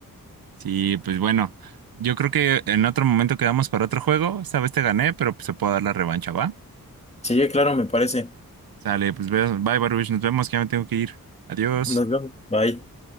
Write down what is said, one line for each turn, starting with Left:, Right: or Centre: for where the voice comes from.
Right: Sí, pues bueno, yo creo que en otro momento quedamos para otro juego. Esta vez te gané, pero pues, se puede dar la revancha, ¿va?
Left: Sí, claro, me parece.
Right: Sale, pues ve- bye, Baruch, nos vemos, que ya me tengo que ir. Adiós.
Left: Nos vemos. Bye.